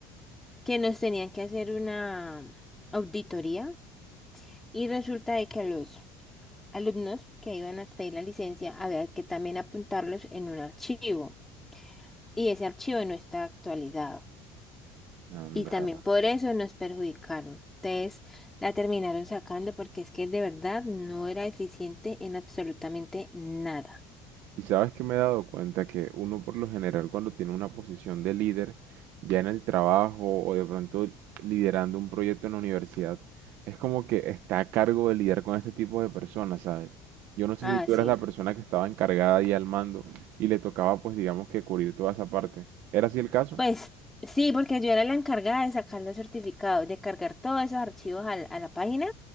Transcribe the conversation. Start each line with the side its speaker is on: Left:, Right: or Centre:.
Centre: que nos tenían que hacer una auditoría y resulta de que a los alumnos que iban a pedir la licencia había que también apuntarlos en un archivo y ese archivo no está actualizado
Right: Anda.
Centre: y también por eso nos perjudicaron. Entonces la terminaron sacando porque es que de verdad no era eficiente en absolutamente nada.
Right: Y sabes que me he dado cuenta que uno por lo general cuando tiene una posición de líder, ya en el trabajo o de pronto liderando un proyecto en la universidad, es como que está a cargo de lidiar con este tipo de personas, ¿sabes? Yo no sé
Centre: Ah,
Right: si tú
Centre: sí.
Right: eras la persona que estaba encargada y al mando y le tocaba pues digamos que cubrir toda esa parte. ¿Era así el caso?
Centre: Pues sí, porque yo era la encargada de sacar los certificados, de cargar todos esos archivos al- a, la página